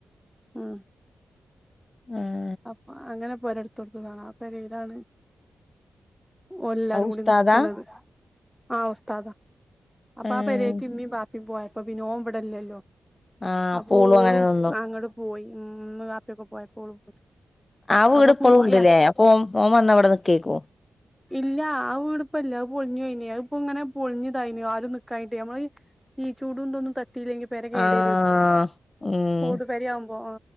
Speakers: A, in the centre; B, on the left.
A: മം
B: ആ
A: അപ്പൊ അങ്ങനെ പൊരെട്ത്ത് കൊട്ത്തതാണ് ആ പെരീലാണ് ഓലെല്ലാരും
B: അത് ഉസ്താദാ
A: കൂടി നിക്ക്ണത് ആ ഉസ്തതാ അപ്പൊ
B: ഏഹ്
A: ആ പെരേക്ക് ഇമ്മിം ബാപ് പോയപ്പോപ്പിന്നെ ഓൻ ഇവടെ ഇല്ലല്ലോ
B: ആഹ്
A: അപ്പൊ ഓളും
B: അങ്ങനെ നിന്നു
A: അങ്ങട്ട് പോയി ഇമ്മിം വാപ്പ്യൊക്കെ പോയപ്പോ ഓളും പോയി
B: ആ വീട്
A: അപ്പൊ
B: ഇപ്പോളൂണ്ട്ലേ അപ്പോൻ ഓൻ വന്ന ഇവടെ നിക്കേയ്ക്കൂ
A: ഇല്ല്യാ ആ വീട്പ്പല്ല്യ അത് പൊൾഞ്ഞൊയ്ഞ്ഞ് അത്പ്പൊങ്ങനെ പൊൾഞ്ഞ്തായിന്ന് ആരും നിക്കായ്റ്റെയ് നമ്മള് ഈ ചൂടുന്തൊന്നും ത ട്ടില്ലെങ്കി പെര കേടര്വയ്
B: ആഹ് ഉം
A: ഓട്പെര്യാവുമ്പോ ആ